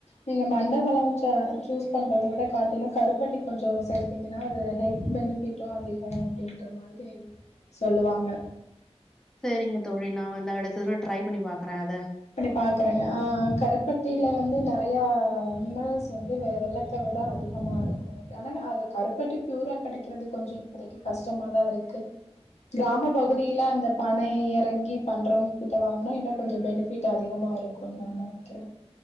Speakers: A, on the left; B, in the centre.
A: நீங்க மண்டபளம் ச சூஸ் பண்றத விட காட்டிலு கருப்பட்டி கொஞ்சோ சேர்த்திங்கன்னா அது ஹெல்த் பெனிஃ ட்டோ அதிகோ அப்டின்ற மாதிரி சொல்லுவாங்க
B: செரிங்க தோழி நா வந்து அடுத்த தர ட்ரை பண்ணி பாக்குற அத
A: அப்டி பாக்குறேங்க ஆ கருப்பட்டியில வந்து நறையா மினரல்ஸ் வந்து வெ வெள்ள அத விட அதிகமாக இருக்கு ஆனா அது கருப்பட்டி ப்யூரா கெடக்கிறது கொஞ்சோ இப்போதிக்கி கஷ்டமா தா இருக்கு கிராம பகுதியில அந்த பனை இறங்கி பண்றவுங்க கிட்ட வாங்கனா இன்னு கொஞ்சோ பெனி ஃபிட் அதிகமாக இருக்குன் நா நெனைக்கிற